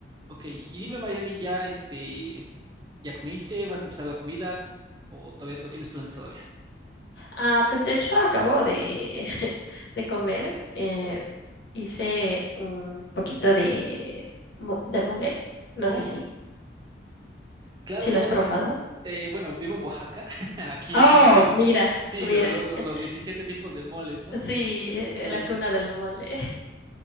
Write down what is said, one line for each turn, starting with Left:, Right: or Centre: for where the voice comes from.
Right: Ok, y dime, Mayrani, ¿ya este, ya comiste? ¿Vas a empezar la comida? ¿O todavía o tienes planes todavía?
Left: Ah, pues de hecho acabo de, <laughs> de comer. eh, hice un poquito de, mo- de mole. No
Right: Oh,
Left: sé si,
Right: claro,
Left: si
Right: claro,
Left: lo has probado.
Right: sí. Eh, bueno, vivo en Oaxaca. <laughs> Aquí
Left: Oh,
Right: existen,
Left: mira,
Right: sí,
Left: mira.
Right: lo- lo- lo-
Left: <laughs>
Right: los 17 tipos de moles, ¿no?
Left: Sí,
Right: Cu-
Left: eh,
Right: cu- ¿Cuál?
Left: la cuna del mole.